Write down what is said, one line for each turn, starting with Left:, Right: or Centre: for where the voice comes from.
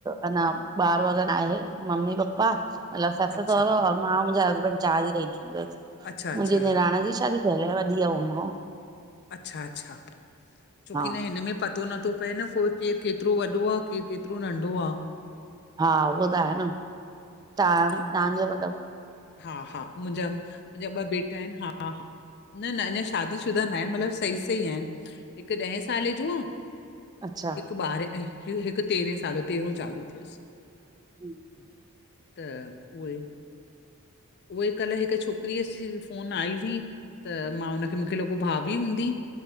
Right: अञ ॿार वग़ैर न आहे ममी पप्पा मतलब सस
Left: अच्छा
Right: सहुरो अऊं मां मुंहिंजा हस्बैंड चार ई रहींदा आहियां बस
Left: अच्छा
Right: मुंहिंजी
Left: अच्छा
Right: नीराण जी शादी थयल आ वॾी आहे मो खो।
Left: अच्छा अच्छा छोकी
Right: हा
Left: न हिन में पतो नथो पए न को केर केतिरो वॾो आ केर केतिरो नंढो आ।
Right: हा उहो त आहे न तव्हां
Left: हा
Right: तव्हांजो मतलब
Left: हा हा मुंहिंजा मुंहिंजा ॿ बेटा आहिन हा। हा हा न न अञा शादी शुदा न आहिन मतिलब सही सही आहिन। हिक ॾेह साले जो आ
Right: अच्छा
Left: हिक ॿारहें हिक तेरहें साले तेरहू चालू थी वयस।
Right: हम्म
Left: त उवई उह ई कल्ह हिक छोकिरीअ जी फोन आई हुई। त मां हुनखे मूंखे लॻो भाभी हूंदी